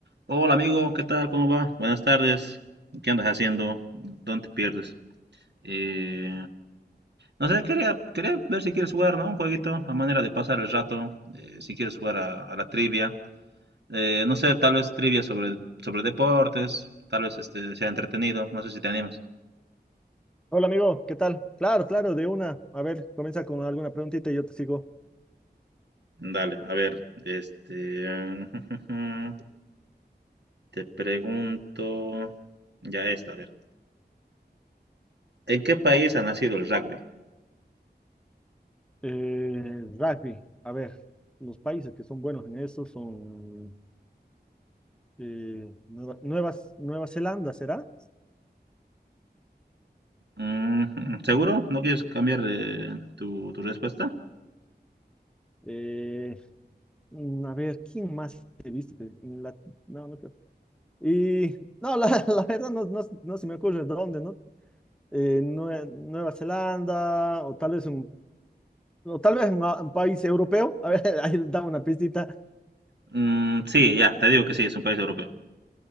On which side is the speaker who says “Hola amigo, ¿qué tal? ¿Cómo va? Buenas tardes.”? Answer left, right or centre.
Right